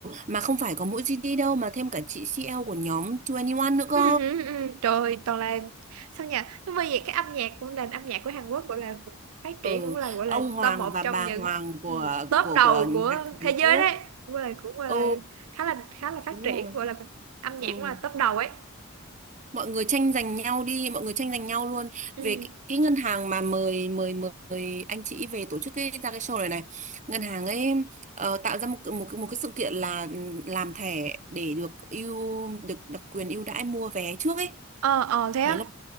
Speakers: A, on the right (about 35°); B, on the right (about 85°).
A: mà không phải có mỗi GD đâu mà thêm cả chị CL của nhóm 21 nữa cơ
B: Ừ, ừ, ừ. Trời ơi, toàn là sao nhỉ nhưng mà vậy cái âm nhạc của nền âm nhạc của Hàn Quốc gọi là cũng phát
A: ừ
B: triển cũng là gọi
A: ông
B: là
A: Hoàng
B: top một
A: và
B: trong
A: bà
B: những
A: Hoàng của
B: ừ, top
A: của
B: đầu
A: của
B: của
A: nhạc Hàn
B: thế giới
A: Quốc
B: đấy cũng là cũng gọi
A: ừ
B: là khá là khá là phát
A: đúng
B: triển
A: rồi
B: gọi là âm
A: ừ
B: nhạc cũng là top đầu ấy
A: mọi người tranh giành nhau đi mọi người tranh giành nhau luôn
B: ừ.
A: về cái, cái ngân hàng mà mời mời mời anh chị về tổ chức cái ra cái show này này ngân hàng ấy ờ, tạo ra một cái- một cái- một cái sự kiện là làm thẻ để được ưu được đặc quyền ưu đãi mua vé trước ấy
B: ờ ờ thế á
A: thế là